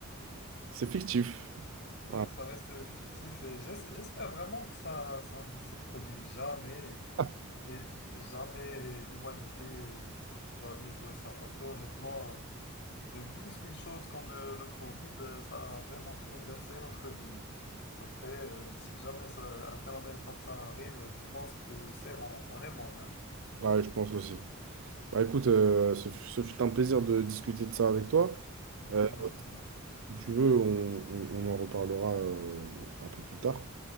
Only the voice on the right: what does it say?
c'est fictif.
Ouais,
<laughs>
Ouais, je pense aussi. Bah écoute, euh, ce, fut ce fut un plaisir de discuter de ça avec toi.
Euh,
si tu veux, on, on- on en reparlera euh, un peu plus tard.